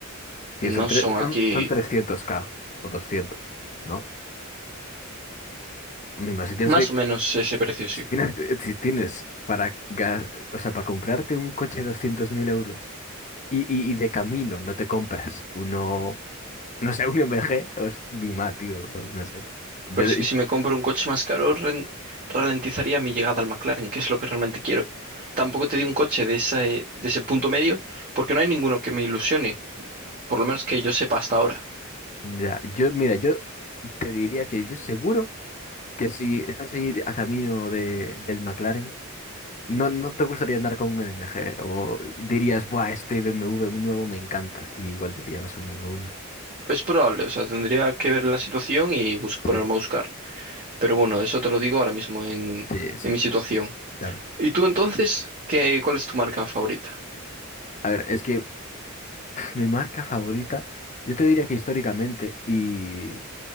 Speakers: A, on the left; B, on the right.
A: Tío,
B: no
A: son, tre-
B: son
A: son,
B: aquí
A: son trescientos k o doscientos ¿no? Mima, si tienes
B: más
A: que,
B: o menos ese precio, sí.
A: si tienes, si tienes para, ga- o sea, para comprarte un coche de 200.000 euros y, y, y de camino no te compras uno, no sé, un M G, o es mima, tío, o no sé. Yo,
B: Pero es que si me compro un coche más caro, ren- ralentizaría mi llegada al McLaren, que es lo que realmente quiero. Tampoco te di un coche de ese, de ese punto medio, porque no hay ninguno que me ilusione, por lo menos que yo sepa hasta ahora.
A: ya, yo, mira, yo te diría que yo seguro que si estás ahí a camino de, del McLaren, no, no te gustaría andar con un MG o dirías, buah, este BMW nuevo me encanta y igual te pillabas un BMW.
B: Es probable, o sea, tendría que ver la situación y bus- ponerme
A: Sí,
B: a buscar. Pero bueno, eso te lo digo ahora mismo en,
A: sí, sí,
B: en mi situación.
A: claro.
B: ¿Y tú entonces, qué, cuál es tu marca favorita?
A: A ver, es que <clears throat> pf, mi marca favorita, yo te diría que históricamente y